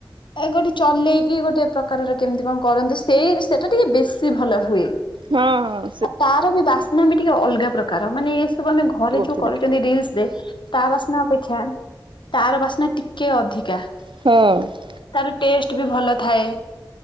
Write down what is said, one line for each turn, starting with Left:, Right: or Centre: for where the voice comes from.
Left: ଏ ଗୋଟେ ଚଲେଇକି ଗୋଟେ ପ୍ରକାରର କେମତି କଣ କରନ୍ତି ସେଇ ସେଟା ଟିକେ ବେଶୀ ଭଲ ହୁଏ।
Right: ହଁ ହଁ ସେ
Left: ଆଉ ତାର ବି ବାସ୍ନା ବି ଟିକେ ଅଲଗା ପ୍ରକାର ମାନେ ଏ ସବୁ ଆମେ ଘରେ
Right: କରୁଥିଲେ
Left: ଯୋଉ କରୁଛନ୍ତି ରିଲସ ରେ ତା ବାସ୍ନା ଅପେକ୍ଷା ତାର ବାସ୍ନା ଟିକେ ଅଧିକା।
Right: ହୁଁ।
Left: ତାର ଟେଷ୍ଟ ବି ଭଲ ଥାଏ।